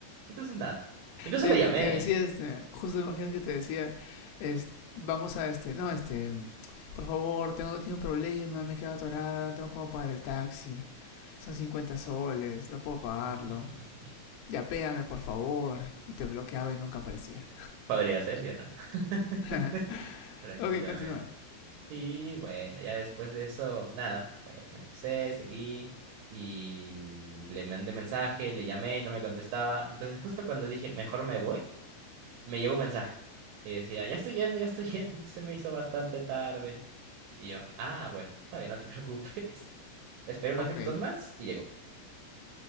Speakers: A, on the right (about 80°); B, on the left (about 85°).
A: Entonces nada. Incluso
B: te,
A: la llamé.
B: te, te decía, este, justo imaginas que te decía, es, vamos a este, no, este, por favor, tengo, tengo un problema, me he quedado atorada, no tengo como pagar el taxi, son 50 soles, no puedo pagarlo,
A: <laughs>
B: ya péame por favor, y te bloqueaba y nunca aparecía.
A: Podría ser, ¿sí o no? <laughs>
B: <laughs>
A: Tranquilamente.
B: ok, continúa.
A: Y bueno, ya después de eso, nada, pues empecé, seguí y le mandé mensaje, le llamé, no me contestaba. Entonces justo cuando dije, mejor me voy, me llegó un mensaje que decía, ya estoy yendo, ya estoy yendo, <laughs> se me hizo bastante tarde. Y yo, ah, bueno, está bien, no te preocupes. <laughs> Esperé unos
B: Ok.
A: minutos más y llegó.